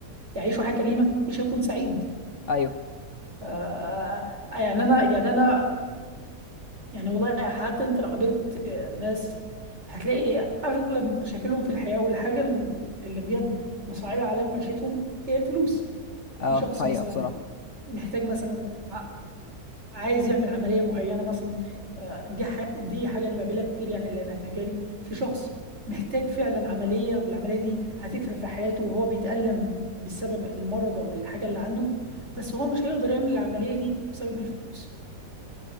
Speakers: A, on the right (about 45°); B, on the left (about 55°).
A: يعيشه حياة كريمة مش هيكون سعيد
B: ايوه
A: آه، يعني أنا يعني أنا يعني والله حتى انت لو قابلت ناس هتلاقي اغلب مشاكلهم في الحياة والحاجة اللي بجد مصعبة عليهم عيشتهم هي الفلوس
B: اه
A: في شخص
B: حقيقة
A: مثلا
B: بصراحة
A: محتاج مثلا ع- عايز يعمل عملية معينة مثلا آه، دي ح- دي حاجة انا بقابلها كتير يعني اللي انا في مجالي في شخص محتاج فعلا عملية والعملية دي هتفرق في حياته وهو بيتألم بسبب المرض او الحاجة اللي عنده بس هو مش هيقدر يعمل العملية دي بسبب الفلوس